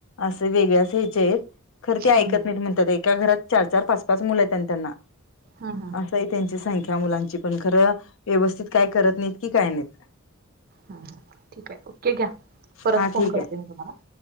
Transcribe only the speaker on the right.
हा हा
हा हा
ह ह ठीक आहे. ओके, घ्या परत
फोन
करते मी तुम्हाला.